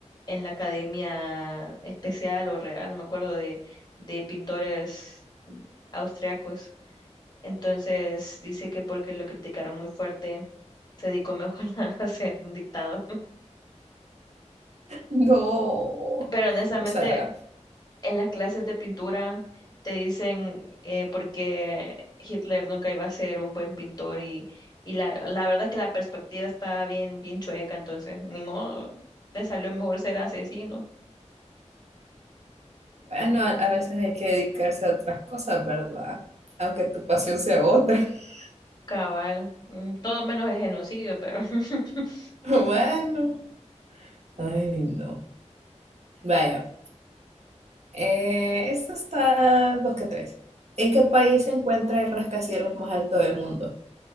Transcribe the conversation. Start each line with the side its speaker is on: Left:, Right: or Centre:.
Left: en la academia especial o real, no me acuerdo, de, de pintores austriacos. Entonces dice que porque lo criticaron muy fuerte, se dedicó mejor <laughs> a ser un dictador.
Right: No.
Left: Pero honestamente,
Right: O sea,
Left: en las clases de pintura te dicen eh, por qué Hitler nunca iba a ser un buen pintor y, y la, la verdad es que la perspectiva está bien, bien chueca, entonces ni modo, le salió mejor ser asesino.
Right: bueno, a a veces hay que dedicarse a otras cosas, ¿verdad? Aunque tu pasión sea otra. <laughs>
Left: Cabal, mm, todo menos el genocidio, pero <laughs>
Right: Bueno. Ay, no. Vaya. Eh, esto está dos que tres. ¿En qué país se encuentra el rascacielos más alto del mundo?